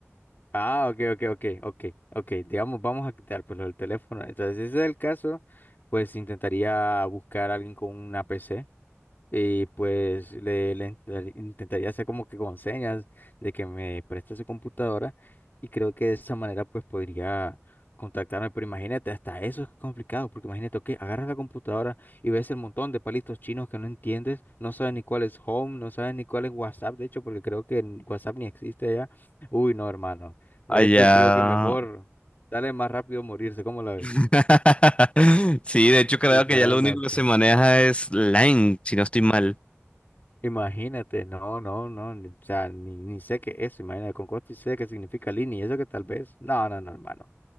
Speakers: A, on the left (about 45°); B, on the left (about 25°).
A: Ah, ok, ok, ok, ok, ok. Digamos, vamos a quitar pues lo del teléfono. Entonces, si ese es el caso, pues intentaría buscar a alguien con una PC y pues le, le intar- intentaría hacer como que con señas de que me preste su computadora y creo que de esa manera pues podría contactarme. Pero imagínate, hasta eso es complicado, porque imagínate, ok, agarras la computadora y ves el montón de palitos chinos que no entiendes, no sabes ni cuál es Home, no sabes ni cuál es WhatsApp, de hecho, porque creo que en WhatsApp ni existe ya. Uy, no, hermano. De
B: Allá.
A: hecho, creo que mejor, dale más rápido morirse, ¿cómo la ves?
B: <laughs> Sí, de hecho creo
A: Literalmente.
B: que ya lo único que se maneja es Line, si no estoy mal,
A: Imagínate, no, no, no, ni- o sea, ni, ni sé qué es, imagínate, con costo y sé qué significa línea, y eso que tal vez, no, no, no, hermano.